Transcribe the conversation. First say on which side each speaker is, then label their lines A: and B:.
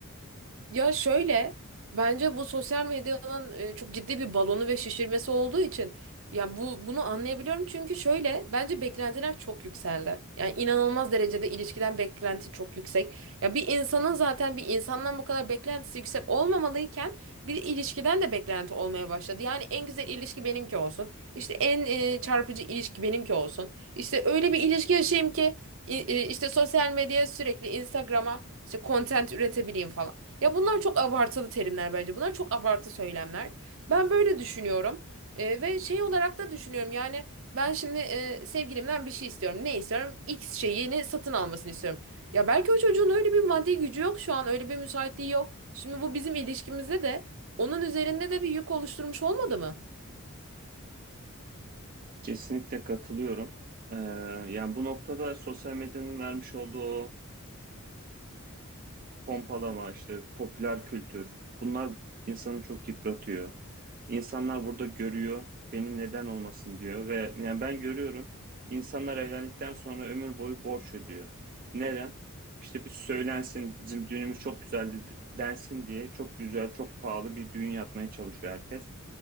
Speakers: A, on the right; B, on the right.
A: Ya şöyle bence bu sosyal medyanın e, çok ciddi bir balonu ve şişirmesi olduğu için yani bu bunu anlayabiliyorum çünkü şöyle bence beklentiler çok yükseldi. Yani inanılmaz derecede ilişkiden beklenti çok yüksek. Ya bir insanın zaten bir insandan bu kadar beklentisi yüksek olmamalıyken bir de ilişkiden de beklenti olmaya başladı. Yani en güzel ilişki benimki olsun. İşte en e, çarpıcı ilişki benimki olsun. İşte öyle bir ilişki yaşayayım ki i- i- işte sosyal medyaya sürekli Instagram'a işte content üretebileyim falan. Ya bunlar çok abartılı terimler bence. Bunlar çok abartı söylemler. Ben böyle düşünüyorum. E, ve şey olarak da düşünüyorum yani ben şimdi e, sevgilimden bir şey istiyorum. Ne istiyorum? X şeyini satın almasını istiyorum. Ya belki o çocuğun öyle bir maddi gücü yok şu an öyle bir müsaitliği yok. Şimdi bu bizim ilişkimizde de onun üzerinde de bir yük oluşturmuş olmadı mı?
B: Kesinlikle katılıyorum. Eee, yani bu noktada sosyal medyanın vermiş olduğu o, pompalama, işte popüler kültür, bunlar insanı çok yıpratıyor. İnsanlar burada görüyor, benim neden olmasın diyor ve yani ben görüyorum, insanlar evlendikten sonra ömür boyu borç ödüyor. Neden? İşte bir söylensin, bizim düğünümüz çok güzeldi densin diye çok güzel, çok pahalı bir düğün yapmaya çalışıyor herkes.